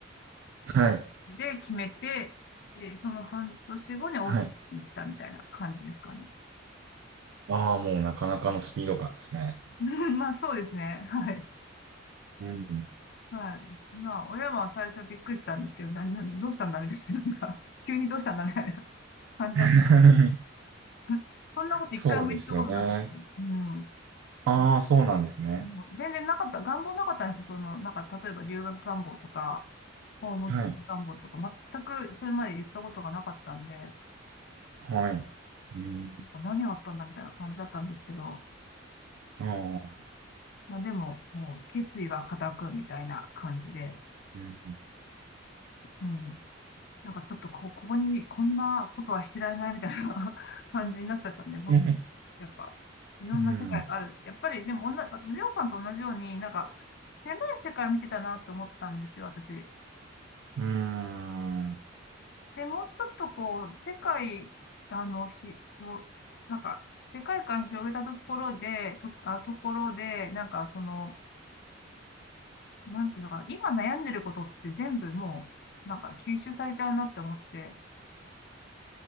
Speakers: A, on the right; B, on the left.
A: はい。
B: で決めて、で、その半年後にオースって行ったみたいな感じですかね。
A: はい。ああ、もうなかなかのスピード感ですね。
B: うん <laughs> まあそうですね。はい。
A: うん。
B: はい。まあ親は最初びっくりしたんですけど、な、な、どうしたんだみたいな、<laughs> なんか、急にどうしたんだみたいな感じだった。
A: <laughs>
B: <laughs> そんなこと一回も言ったことなくて、
A: そうですよね。
B: うん。
A: ああ、そうなんですね。
B: もう全然なかった、願望なかったんですよ。その、なんか、例えば留学願望とか、ホームステイ願望とか、
A: はい。
B: 全くそれまで言ったことがなかったんで、な
A: はい。うん。
B: んか何があったんだみたいな感じだったんですけど、
A: ああ、
B: まあ、でも、もう決意は固くみたいな感じで、
A: うん。
B: うん。なんかちょっとこ、ここに、こんなことはしてられないみたいな <laughs> 感じになっちゃったんで、もっと、
A: うん
B: やっぱ、いろんな世界がある。
A: うん。
B: やっぱり、でも、おんなレオさんと同じように、なんか、狭い世界見てたなって思ったんですよ、私。
A: うん。
B: で、もうちょっとこう、世界、あの、ひ、をなんか、世界観広げたところで、と、あ、ところで、なんか、その、なんていうのかな、今悩んでることって全部もう、なんか吸収されちゃうなって思って、